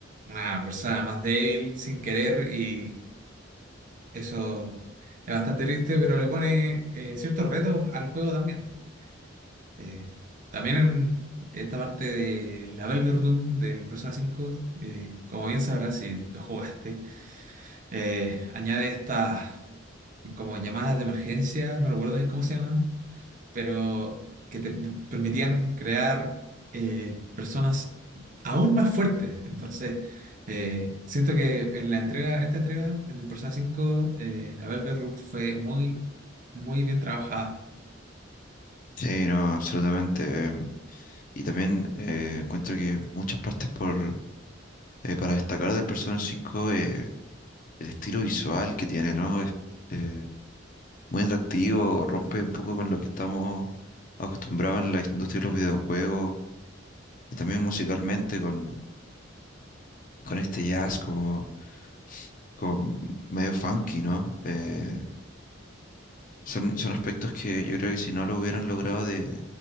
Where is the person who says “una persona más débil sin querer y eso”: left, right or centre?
Right